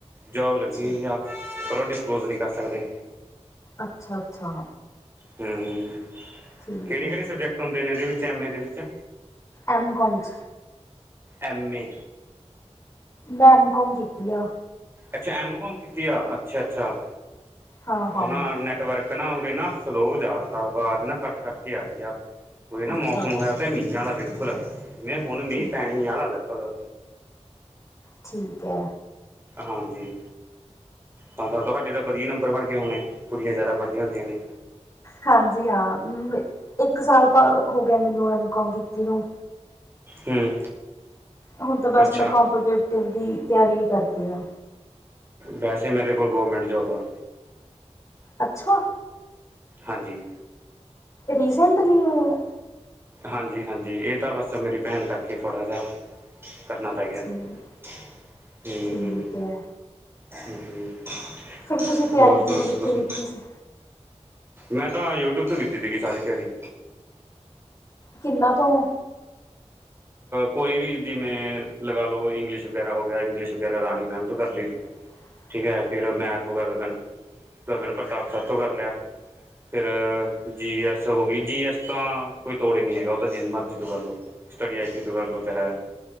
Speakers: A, on the right; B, on the left.
A: ਜੋਬ ਲੱਗੀ
B: ਠੀਕ
A: ਹੋਈ ਆ। ਪਰੋ ਉਹ ਡਿਸਕਲੋਜ ਨਹੀਂ ਕਰ ਸਕਦੇ
B: ਅੱਛਾ ਅੱਛਾ।
A: ਹੂੰ
B: ਠੀਕ
A: ਕਿਹੜੇ
B: ਹੈ
A: ਕਿਹੜੇ ਸਬਜੈਕਟ ਹੁੰਦੇ ਨੇ ਇਹਦੇ ਵਿੱਚ ਐਮ ਏ ਦੇ ਵਿੱਚ।
B: ਐਮਕੋਮ ਚ
A: ਐੱਮ ਏ
B: ਮੈ ਐਮ ਕੋਮ ਕੀਤੀ ਆ
A: ਅੱਛਾ ਐਮ ਕੋਮ ਕੀਤੀ ਆ ਅੱਛਾ ਅੱਛਾ
B: ਹਾਂ
A: ਉਹ
B: ਹਾਂ
A: ਨਾ ਨੈਟਵਰਕ ਨਾ ਉਦੇ ਨਾ ਸਲੋ ਜਾ ਤਾਂ ਆਵਾਜ਼ ਨਾ ਕੱਟ ਕੱਟ ਕੇ ਆ ਰਹੀ ਆ। ਕੋਈ ਨਾ
B: ਅੱਛਾ
A: ਮੌਸਮ
B: ਅੱਛਾ
A: ਹੋਇਆ ਤੇ ਮੀਂਹ ਵਾਲਾ ਬਿਲਕੁਲ ਮਵੇਂ ਹੁਣ ਮੀਂਹ
B: ਠੀਕ
A: ਪੈਣੀ ਆਾ ਲਗਭਗ
B: ਠੀਕ ਹੈ
A: ਹਾਂਜੀ ਤੁਹਾਡੇ ਤਾਂ ਵਧੀਆ ਨੰਬਰ ਬਣ ਗਏ ਹੋਣੇ ਕੁੜੀਆਂ ਜਾਦਾ ਪੜ੍ਹਦੀਆਂ ਹੁੰਦੀਆਂ ਨੇ
B: ਹਾਂਜੀ ਹਾਂ ਮ ਇੱਕ ਸਾਲ ਹੋ ਗਿਆ ਮੈਨੂੰ ਐਮ ਕੋਮ ਕੀਤੀ ਨੂੰ।
A: ਹਮ
B: ਹੁਣ ਤਾਂ ਬਸ
A: ਅੱਛਾ
B: ਮੈਂ ਕਪੀਟੇਟਿਵ ਦੀ ਤਿਆਰੀ ਹੀ ਕਰਦੀ ਹਾਂ
A: ਵੈਸੇ ਮੇਰੇ ਕੋਲ ਗੌਰਮੈਂਟ ਜੋਬ ਆ
B: ਅੱਛਾ।
A: ਹਾਂਜੀ।
B: ਰੀਸੈਂਟਲੀ ਉਹ
A: ਹਾਂਜੀ ਹਾਂਜੀ ਇਹ ਤਾਂ ਬਸ ਮੇਰੀ ਭੈਣ ਕਰਕੇ ਥੋੜ੍ਹਾ ਜਹਾ ਕਰਨਾ ਪੈ ਗਿਆ
B: ਠੀਕ
A: ਗਿਆ,
B: ਠੀਕ
A: ਹਮ
B: ਹੈ
A: ਠੀਕ,
B: ਫਿਰ ਤੁਸੀਂ ਤਿਆਰੀ
A: ਹੋਰ
B: ਤਿਊਰੀ
A: ਦੱਸੋ
B: ਕਿੱਥੋਂ
A: ਤੁਸੀ।
B: ਕੀਤੀ ਸੀ
A: ਮੈਂ ਤਾਂ ਯੂਟਿਊਬ ਤੋਂ ਕੀਤੀ ਸੀਗੀ ਸਾਰੀ ਤਿਆਰੀ।
B: ਕਿੰਨਾ ਤੋ?
A: ਕੋਈ ਵੀ ਜਿਵੇਂ ਲੱਗਾ ਲਓ ਇੰਗਲਿਸ਼ ਵਗੈਰਾ ਹੋ ਗਿਆ ਇੰਗਲਿਸ਼ ਵਗੈਰਾ ਰਾਣੀ ਮੈਮ ਤੋ ਕਰ ਲਈ।
B: ਹਮ।
A: ਠੀਕ ਹੈ ਫਿਰ ਮੈਂ ਮੈਥ ਵਗੈਰਾ ਗਗਨ ਪ੍ਰਤਾਪ ਸਰ ਤੋਂ ਕਰ ਲਿਆ। ਫਿਰ ਜੀ ਐੱਸ ਹੋ ਗਈ, ਜੀ ਐੱਸ ਤਾਂ ਕੋਈ ਤੋੜੇ ਨਹੀਂ ਹੈਗਾ ਉਹ ਤਾਂ ਜਿਸ ਮਰਜ਼ੀ ਤੋਂ ਕਰ ਲਉ। ਸਟੱਡੀ ਆਈ ਤੋਂ ਕਰ ਲਉ ਚਾਹੇਹ,